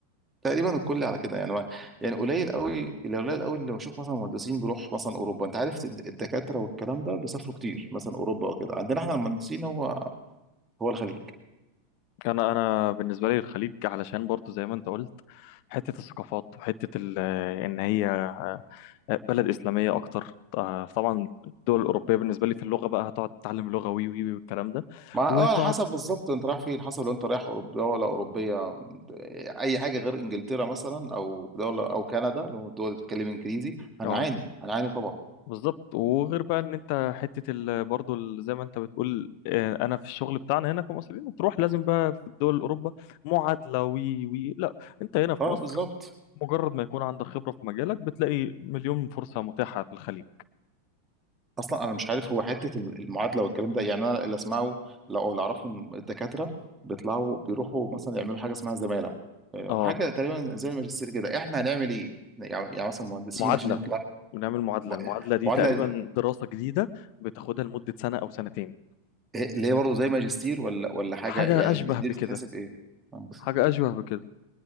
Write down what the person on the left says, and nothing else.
انا انا بالنسبه لي الخليج علشان برضو زي ما انت قلت حته الثقافات وحته ال- ان هي بلد اسلاميه اكتر آه، طبعا الدول الاوروبيه بالنسبه لي في اللغه بقى هتقعد تتعلم لغه وي وي وي والكلام ده
وتقعد
اه
بالظبط وغير بقى ان انت حته ال... برضو ال- زي ما انت بتقول آه، انا في الشغل بتاعنا هنا كمصريين تروح لازم بقى في الدول الاوروبا معادله وي وي لا انت هنا في
مصر
مجرد ما يكون عندك خبره في مجالك بتلاقي مليون فرصه متاحه في الخليج
اه
معادله
بنعمل معادله
المعادله دي
تقريبا دراسه جديده بتاخدها لمده سنه او سنتين
حاجه
اشبه
بكده
حاجة أشبه بكده